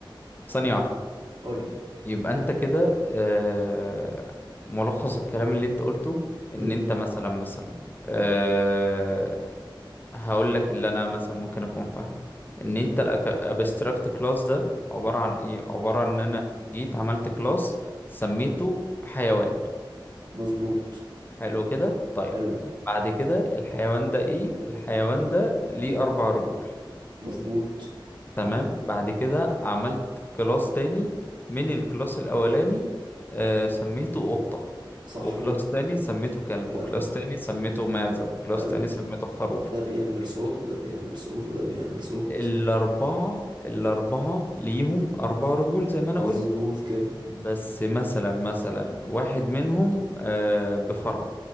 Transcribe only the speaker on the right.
قول لي
مم.
مظبوط
حلو
مظبوط
صح
كده
كلب
حلو
ده بيعمل صوت وده بيعمل صوت وده بيعمل صوت
مظبوط
كده